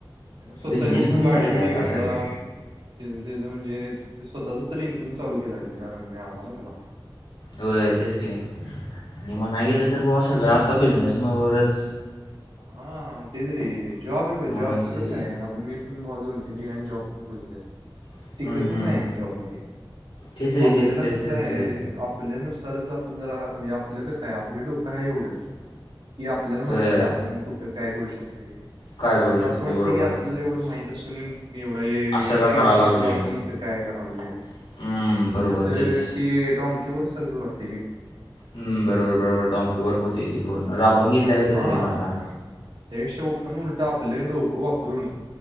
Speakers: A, on the right; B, on the left.
A: त्या स्वतःची
B: बिझनेसमध्येच
A: उलट गाडी
B: आहे रे
A: बिडी
B: आता
A: घेतला
B: सगळे
A: त्याच त्याच म्हणजे, स्वतःच तरी इन्कम चालू केला रे त्यानं, मिळाला ना त्याला.
B: होय तेच की, आणि म्हणाय गेलं तर भावा सगळं आता बिझनेस म वरच
A: हा तेच रे, जॉब आहे भाई
B: म्हणून
A: जॉबच
B: ते
A: कसंय आता मी पण पण भावा दोन तीन ठिकाणी जॉब पण बघितल्यात.
B: हम्म,
A: टिकतच
B: हम्म.
A: नाही मी जॉबमध्ये,
B: तेच रे
A: आपल्याला
B: तेच तेच
A: कसंय
B: होतोय
A: आपल्या नुस तरच आपण जरा, म्हणजे आपलं कसंय आपलं डोकं आहे एवढं, की आपल्याला
B: अ,
A: माहिती आ कुठं काय करू शकतोय?
B: काय करू
A: तर असं
B: शकतो
A: वाटते
B: बरोबर
A: की आपल्याला एवढं माहित असून न‌ एवढं ए
B: असं का
A: स्किल्स
B: करा लागली
A: असून आपण इथं काय करालोय? म्हणजे
B: हम्म, बरोबर
A: असं
B: तेच
A: ते डाॅंकी वर्क सारखंच वाटते रे.
B: हम्म, बरोबर बरोबर, डॉंकी वर्क होतंय ते पूर्ण, राबवून घेतल्या गतच
A: हा
B: रे मर्दा.
A: त्यापेक्षा आपण उलट आपलं डोकं वापरून